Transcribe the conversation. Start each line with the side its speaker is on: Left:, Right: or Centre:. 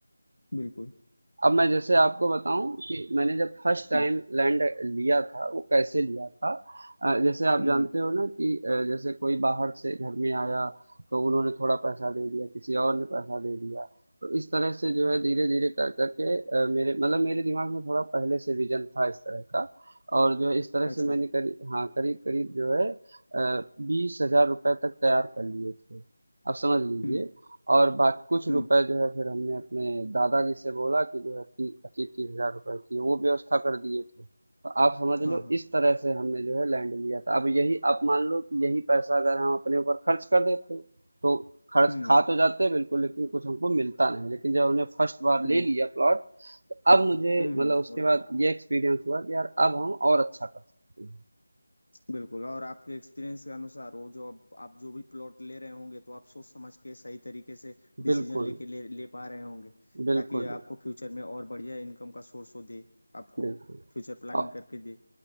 Left: बिल्कुल
Right: अब मैं जैसे आपको बताऊं कि मैंने जब फर्स्ट टाइम
Left: हम्म
Right: लैंड लिया था वो कैसे लिया था अ, जैसे आप
Left: हम्म
Right: जानते
Left: हम्म,
Right: हो ना कि अ, जैसे कोई बाहर से घर में आया तो उन्होंने थोड़ा पैसा दे दिया किसी और ने पैसा दे दिया तो इस तरह से जो है धीरे धीरे कर करके अ, मेरे मतलब मेरे दिमाग में थोड़ा पहले से विजन था इस तरह का और जो है इस तरह
Left: अच्छा
Right: से मैंने करीब हाँ करीब करीब जो है बीस हजार रुपए तक तैयार कर लिए थे आप समझ लीजिए
Left: हम्म
Right: और बाकी कुछ रुपए
Left: हम्म
Right: जो है फिर हमने अपने दादाजी से बोला कि जो है ती- पच्चीस तीस हजार रुपए की वो व्यवस्था कर दिए थे तो आप समझ
Left: हाँ
Right: लो
Left: हाँ
Right: इस तरह से हमने जो है लैंड लिया था अब यही आप मान लो कि यही पैसा अगर हम अपने ऊपर खर्च कर देते तो खर्च
Left: हम्म
Right: खा तो जाते बिल्कुल लेकिन कुछ हमको मिलता नहीं लेकिन जब हमने फर्स्ट बार
Left: बिल्कुल
Right: ले लिया प्लॉट तो अब मुझे
Left: हम्म
Right: मतलब
Left: हम्म,
Right: उसके
Left: वो
Right: बाद
Left: तो
Right: ये एक्सपीरियंस हुआ कि यार अब हम और अच्छा कर सकते हैं
Left: बिल्कुल और आपके एक्सपीरियंस के अनुसार वो जो अब आप जो भी प्लॉट ले रहे होंगे तो आप सोच समझ के सही तरीके से डिसीजन
Right: बिल्कुल
Left: लेके ले ले पा रहे होंगे
Right: बिल्कुल
Left: ताकि आपको फ्यूचर में और बढ़िया इनकम का सोर्स हो दे आपको
Right: बिल्कुल
Left: फ्यूचर प्लानिंग
Right: और-
Left: करके दे